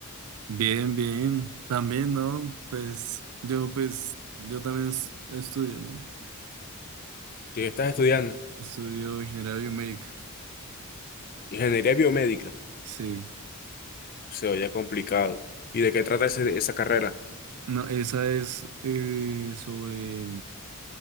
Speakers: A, on the right; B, on the left.
A: Bien, bien. También, ¿no? Pues yo, pues, yo también es- estudio, ¿no?
B: ¿Qué estás estudiando?
A: Estudio ingeniería biomédica.
B: Ingeniería biomédica.
A: Sí.
B: Se oye complicado. ¿Y de qué trata ese- esa carrera?
A: No, esa es eh, sobre...